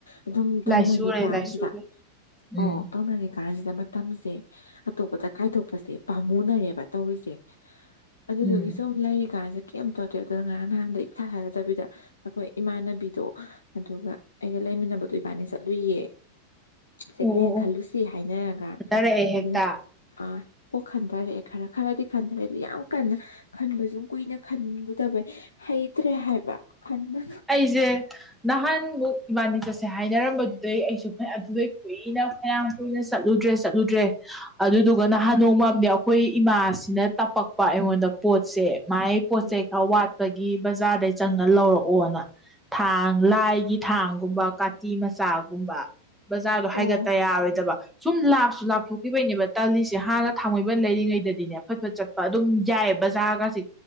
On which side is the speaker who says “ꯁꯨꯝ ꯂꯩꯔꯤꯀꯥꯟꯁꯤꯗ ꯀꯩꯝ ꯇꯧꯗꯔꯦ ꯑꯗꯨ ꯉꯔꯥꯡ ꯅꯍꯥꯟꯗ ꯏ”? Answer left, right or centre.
Left